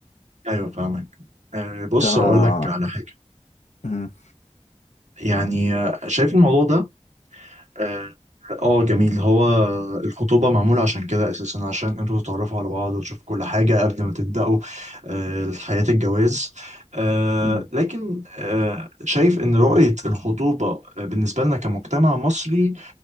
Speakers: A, on the right (about 85°); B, on the left (about 80°).
A: أيوه فاهمك آه، بص
B: فأنا
A: أقول لك على حاجة
B: مم،
A: يعني آه، شايف الموضوع ده اه آه، جميل هو الخطوبة معمولة عشان كده أساسا عشان انتوا تتعرفوا على بعض وتشوفوا كل حاجة قبل ما تبدأوا آه، حياة الجواز آه،
B: مم،
A: لكن آه، شايف إن رؤية الخطوبة آه، بالنسبة لنا كمجتمع مصري